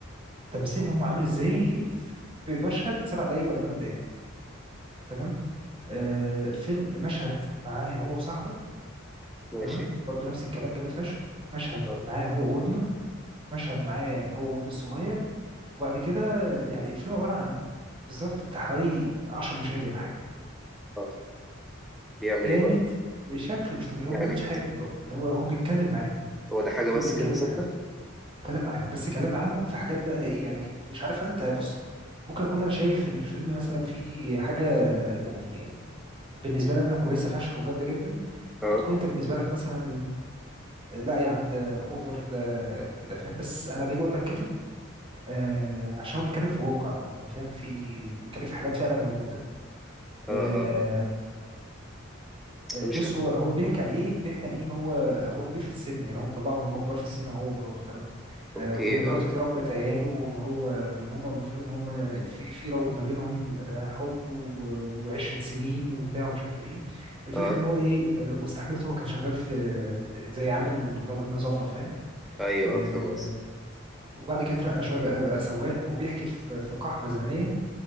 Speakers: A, on the right; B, in the centre.
A: تمثيلهم عامل ازاي في مشهد سبع دقايق ولا ثمان دقايق تمام آه فيلم مشهد معاه هو وصاحبه
B: ماشي
A: تمام برضو نفس الكلام جامد فشخ مشهد
B: اه
A: معاه هو وابنه مشهد معاه هو وابنه الصغير وبعد كده يعني الفيلم عبارة عن بالظبط بتاع حوالي 10 مشاهد ولا حاجة
B: آه. بيعمل
A: جامد
B: ايه بقى
A: بشكل مش طبيعي
B: يعني
A: هو ما بيعملش حاجة هو هو هو بيتكلم معاهم
B: هو ده حاجه بس
A: هو بيتكلم
B: كده ثابته
A: معاهم كلام معاهم بس كلام معاهم في حاجات بقى ايه يعني مش عارف انت بص ممكن اكون انا شايف ان الفيلم مثلا فيه حاجة يعني بالنسبة لي انا كويسة فشخ وجامدة جدا ممكن
B: اه
A: تكون انت بالنسبة لك مثلا لا يا عم ده اوفر ده كده فاهم بس انا ليه بقول لك كده آه عشان هو بيتكلم في واقع يعني فاهم في بيتكلم في حاجات فعلا موجودة
B: اه
A: آه،
B: اه
A: آه،
B: آه.
A: بص
B: مش عارف
A: هو هو بيحكي عن ايه بيحكي عن ايه هو هو كبير في السن يعني هو مطلعهم هم كبار في السن هو ومراته تمام
B: اوكي
A: آه، وان مراته
B: اه
A: دي ربت عياله وان هو وان هم المفروض ان هم في في رابط ما بينهم آه، حب و- وعشرة سنين وبتاع ومش عارف ايه الفكره
B: اه
A: ان هو ايه آه، واستحملته هو كان شغال في آه، زي عامل نظافه فاهم
B: ايوه
A: آه،
B: اه فاهم قصدي.
A: وبعد كده اترقى شويه بقى بقى سواق وبيحكي في في قحبه زمنيه